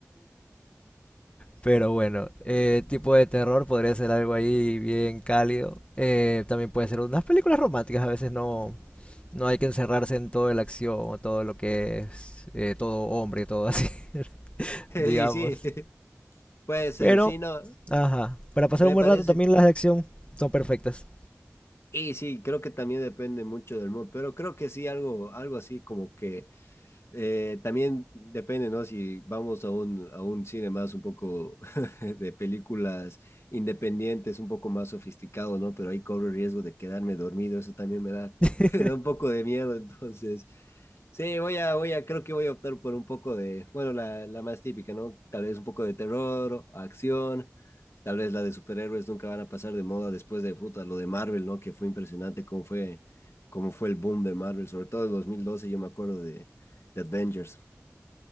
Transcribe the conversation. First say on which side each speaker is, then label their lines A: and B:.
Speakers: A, on the left; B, on the left.
A: Pero bueno, eh, tipo de terror podría ser algo ahí bien cálido. Eh, también puede ser unas películas románticas, a veces no, no hay que encerrarse en toda la acción o todo lo que es eh, todo hombre, todo así, <laughs> digamos.
B: Y sí, puede ser,
A: Pero,
B: sí, no,
A: ajá, para pasar
B: me
A: un buen
B: parece.
A: rato también las de acción son perfectas.
B: Y sí, creo que también depende mucho del mood, pero creo que sí, algo, algo así como que Eh, también depende, ¿no? Si vamos a un, a un cine más un poco <laughs> de películas independientes, un poco más sofisticado, ¿no? Pero ahí corro el riesgo de quedarme dormido, eso también me da,
A: <laughs>
B: <laughs> me da un poco de miedo, entonces... Sí, voy a, voy a, creo que voy a optar por un poco de, bueno, la, la más típica, ¿no? Tal vez un poco de terror, acción, tal vez la de superhéroes nunca van a pasar de moda después de puta, lo de Marvel, ¿no? Que fue impresionante cómo fue, cómo fue el boom de Marvel, sobre todo en 2012 yo me acuerdo de, The Avengers.